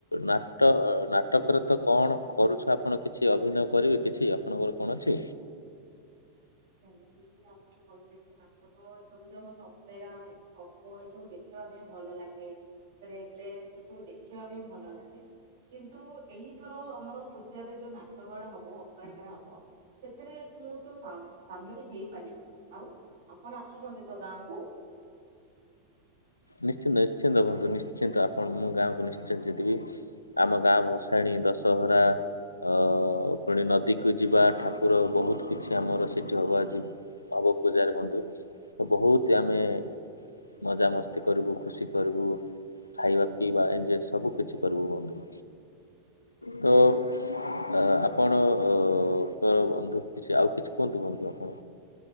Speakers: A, on the left; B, on the right.
A: ନାଟ ନାଟକରେ ତ କଣ କରୁଛ ଆପଣ କିଛି ଅଭିନୟ କରି ବି କିଛି ଆପଣଙ୍କର କଣ ଅଛି।
B: ସେମିତି କି ଆପଣ କହିଲେ କିି ନାଟକ ଏ ସବୁ ଯ ମତ ଅପେରା ଏ ଗପ ଏ ସବୁ ଦେଖିବା ପାଇଁ ଭଲ ଲାଗେ ତାପରେ ଏତେ ସେ ସବୁ ଦେଖିବା ପାଇଁ ଭଲ ଲାଗେ। କିନ୍ତୁ ଏଇଥର ଆମର ପୂଜାରେ ଯୋଉ ନାଟକ ଟା ହବ ଅପରା ହବ ସେଥିରେ ମୁଁ ତ ସା ସାମିଲ ହେଇପାରିବି ଆଉ ଆପଣ ଆସୁଛନ୍ତି ତ ଗାଁକୁ।
A: ନିଶ୍ଚିନ୍ତ ନିଶ୍ଚିନ୍ତ ହୁଅନ୍ତୁ ନିଶ୍ଚିନ୍ତ ଆପଣ ମୁଁ ଗାଁକୁ ନିଶ୍ଚିନ୍ତ ଜିତିବି ଆମ ଗାଁ ଭସାଣି ଦଶହରା ଅ ପୁଣି ନଦୀକୁ ଯିବା ଠାକୁର ବହୁତ କିଛି ଆମର ସେଠି ହବ ଆଜି ହବ ପୂଜାରେ ବନ୍ଧୁ ତ ବହୁତ ଆମେ ମଜାମସ୍ତି କରିବୁ ଖୁସି କରିବୁ ଖାଇବା ପିଇବା ଏଞଜୟ ସବୁ କିିଛି କରିବୁ ବନ୍ଧୁ। ତ ଅ ଆ ଆପଣ ଅ ଙ୍କର ବନ୍ଧୁ କିଛି ଆଉ କିଛି କୁହନ୍ତୁ। ବନ୍ଧୁ ଆପଣ।